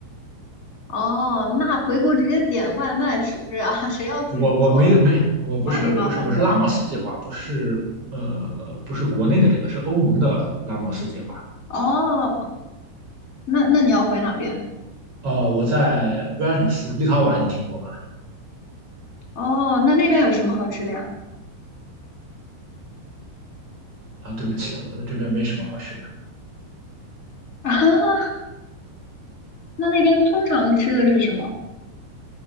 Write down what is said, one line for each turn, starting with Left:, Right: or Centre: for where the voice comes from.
Left: 哦，那回国直接点外卖吃啊，<laughs> 谁要自己做，
Right: 我我没没我不是我不是我是拉莫斯计划，
Left: 麻里麻烦的。
Right: 不是呃不是国内的这个，是欧盟的拉莫斯计划。
Left: 哦，那那你要回哪边？
Right: 呃，我在维尔纽斯，立陶宛，你听过吗？
Left: 哦，那那边有什么好吃的呀？
Right: 啊，对不起，我这边没什么好吃的。
Left: <laughs> 啊那那边通常吃的是什么？